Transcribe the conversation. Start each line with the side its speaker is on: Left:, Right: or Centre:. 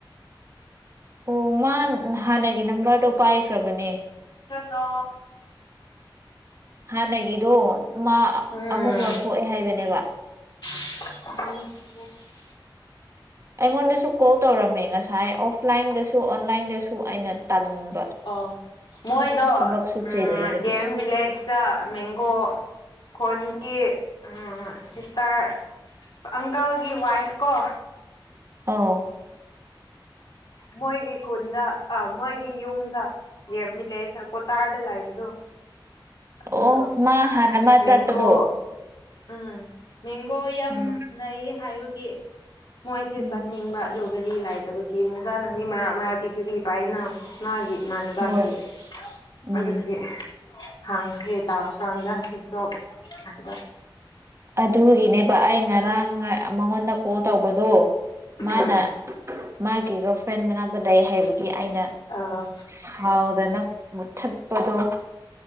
Right: ꯑꯣ ꯃꯥ ꯍꯥꯟꯅꯒꯤ ꯅꯝꯕꯔꯗꯣ ꯄꯥꯏꯈ꯭ꯔꯕꯅꯦ
Left: ꯀꯣ
Right: ꯍꯥꯟꯅꯒꯤꯗꯣ ꯃꯥ
Left: ꯎꯝ
Right: ꯑꯃꯨꯛ ꯂꯧꯊꯣꯛꯑꯦ ꯍꯥꯏꯕꯅꯦꯕ
Left: <unintelligible>
Right: ꯑꯩꯉꯣꯟꯗꯁꯨ ꯀꯣꯜ ꯇꯧꯔꯝꯃꯦ ꯉꯁꯥꯏ ꯑꯣꯐꯂꯥꯏꯟꯗꯁꯨ ꯑꯣꯟꯂꯥꯏꯟꯗꯁꯨ ꯑꯩꯅ ꯇꯟꯕ
Left: ꯑꯣ ꯃꯣꯏꯗꯣ
Right: ꯊꯕꯛꯁꯨ
Left: ꯎ
Right: ꯆꯤꯜꯂꯦ ꯑꯗꯨꯒꯤ
Left: ꯒꯦꯝ ꯚꯤꯂꯦꯖꯇ ꯃꯦꯡꯒꯣ ꯈꯣꯟꯒꯤ ꯎ ꯁꯤꯁꯇꯔ ꯑꯪꯀꯜꯒꯤ ꯋꯥꯏꯐ ꯀꯣ
Right: ꯑꯧ
Left: ꯃꯣꯏꯒꯤ ꯈꯨꯟꯗ ꯑ ꯃꯣꯏꯒꯤ ꯌꯨꯝꯗ ꯌꯦꯃꯤ ꯂꯩ ꯆꯀꯣꯇꯥꯔꯗ ꯂꯩꯕꯗꯣ ꯑꯗꯨꯗꯣ
Right: ꯑꯣ ꯃꯥ ꯍꯥꯟꯅ ꯃꯥ
Left: ꯃꯦꯡꯒꯣ
Right: ꯆꯠꯄꯗꯣ
Left: ꯎꯝ ꯃꯦꯡꯒꯣ ꯌꯥꯝ
Right: ꯎꯝ
Left: ꯂꯩ ꯍꯥꯏꯕꯒꯤ ꯃꯣꯏꯁꯦ
Right: ꯎꯝ
Left: ꯆꯠꯅꯤꯡꯕ ꯑꯗꯨꯒꯗꯤ ꯂꯥꯏꯗꯕꯒꯤ ꯖꯥꯅꯒꯤ ꯃꯔꯥ ꯃꯔꯥ ꯗꯤꯒ꯭ꯔꯤ ꯄꯥꯏꯅ ꯃꯥꯒꯤ ꯏꯃꯥꯟꯅꯕꯒꯤꯗꯤ
Right: ꯍꯣꯏ ꯎꯝ
Left: ꯑꯗꯨꯗꯤ ꯍꯥꯡꯈ꯭ꯔꯦ ꯇꯥꯔꯀꯥꯟꯗ ꯁꯣꯛ ꯉꯥꯏꯕ
Right: ꯑꯗꯨꯒꯤꯅꯦꯕ ꯑꯩ ꯉꯔꯥꯡ ꯃꯉꯣꯟꯗ ꯀꯣꯜ ꯇꯧꯕ ꯑꯗꯣ ꯃꯥꯅ
Left: ꯎꯝ
Right: ꯃꯥꯒꯤ ꯒꯔ ꯐ꯭ꯔꯦꯟ ꯃꯅꯥꯛꯇ ꯂꯩ ꯍꯥꯏꯕ ꯒꯤ ꯑꯩꯅ
Left: ꯑ
Right: ꯁꯥꯎꯗꯅ ꯃꯨꯊꯠꯄꯗꯣ